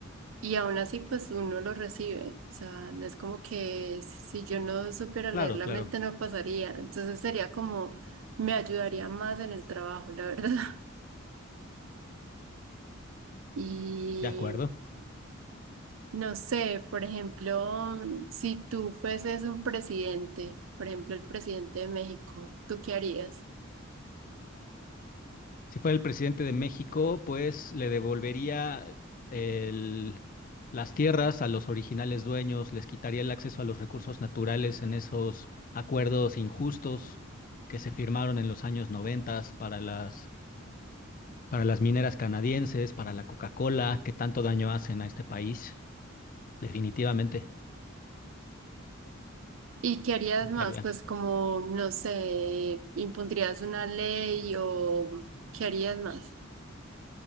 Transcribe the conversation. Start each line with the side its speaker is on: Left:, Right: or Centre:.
Right: y aún así pues uno lo recibe. O sea, no es como que si yo no supiera leer
Left: Claro,
Right: la
Left: claro.
Right: mente no pasaría. Entonces sería como, me ayudaría más en el trabajo, la verdad. <laughs> Y
Left: De acuerdo.
Right: no sé, por ejemplo, si tú fueses un presidente, por ejemplo, el presidente de México, ¿tú qué harías?
Left: Si fuera el presidente de México, pues le devolvería el- las tierras a los originales dueños, les quitaría el acceso a los recursos naturales en esos acuerdos injustos que se firmaron en los años 90 para las, para las mineras canadienses, para la Coca-Cola, que tanto daño hacen a este país. Definitivamente.
Right: ¿Y qué harías más?
Left: ¿Qué haría?
Right: Pues como, no sé, impondrías una ley o qué harías más.